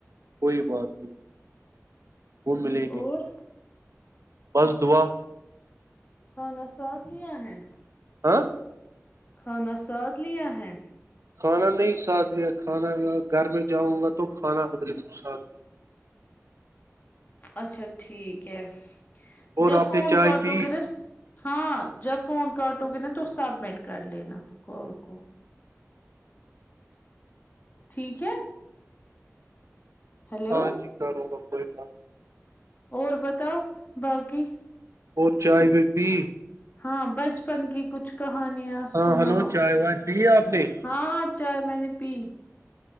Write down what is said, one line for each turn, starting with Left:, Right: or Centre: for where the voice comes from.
Right: کوئی بات نہیں وہ ملے گی
Left: اور
Right: بس دعا
Left: کھانا ساتھ لیا ہے
Right: ہاں
Left: کھانا ساتھ لیا ہے
Right: کھانا نہیں ساتھ لیا کھانا گھر میں جاؤں گا تو کھانا ادھرے ساتھ
Left: اچھا ٹھیک ہے
Right: اور
Left: جب
Right: آپ
Left: فون
Right: نے چائے
Left: کاٹو
Right: پی
Left: گرس ہاں جب فون کاٹو گے نا تو سبمٹ کر لینا کال کو ٹھیک ہے ہیلو
Right: ہاں جی کروں گا کوئی بات نہیں
Left: اور بتاؤ باقی
Right: اور چائے پی
Left: ہاں بچپن کی کچھ کہانیاں
Right: ہاں
Left: سناؤ
Right: ہلو چائے وائے پی آپ نے
Left: ہاں ہاں چائے میں نے پی